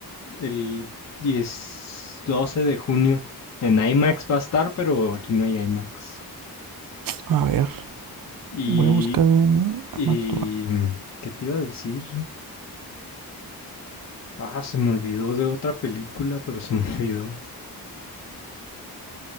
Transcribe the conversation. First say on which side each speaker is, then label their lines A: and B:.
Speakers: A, on the left (about 45°); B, on the right (about 60°).
A: El 10, 12 de junio. En IMAX va a estar, pero aquí no hay IMAX.
B: A ver,
A: Y,
B: voy a buscar bien a
A: y,
B: Max Duran.
A: mm, ¿qué te iba a decir? Ah, se me olvidó de otra película, pero se me <laughs> olvidó.